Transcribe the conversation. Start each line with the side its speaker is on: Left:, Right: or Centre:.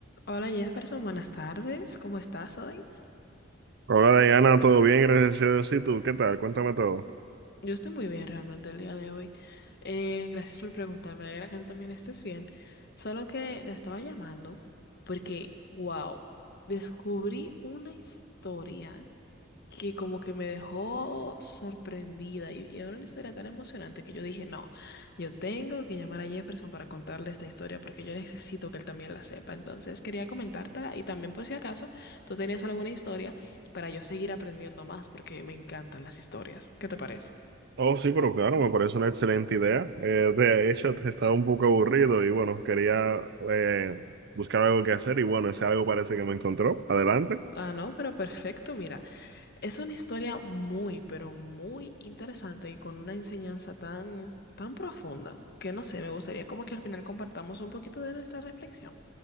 Left: Hola Jefferson, buenas tardes. ¿Cómo estás hoy?
Right: Hola Diana, ¿todo bien? Gracias a Dios. ¿Y tú? ¿Qué tal? Cuéntame todo.
Left: Yo estoy muy bien realmente el día de hoy. Eh, gracias por preguntarme. Me alegra que tú también estés bien. Solo que te estaba llamando porque, wow, descubrí una historia que como que me dejó sorprendida y y era una historia tan emocionante que yo dije, no, yo tengo que llamar a Jefferson para contarle esta historia porque yo necesito que él también la sepa. Entonces quería comentártela y también por si acaso tú tenías alguna historia para yo seguir aprendiendo más porque me encantan las historias. ¿Qué te parece?
Right: Oh, sí, pero claro, me parece una excelente idea. Eh, de hecho, te- estaba un poco aburrido y bueno, quería eh, buscar algo que hacer y bueno, ese algo parece que me encontró. Adelante.
Left: Ah, no, pero perfecto, mira, es una historia muy, pero muy interesante y con una enseñanza tan, tan profunda que no sé, me gustaría como que al final compartamos un poquito de nuestra reflexión.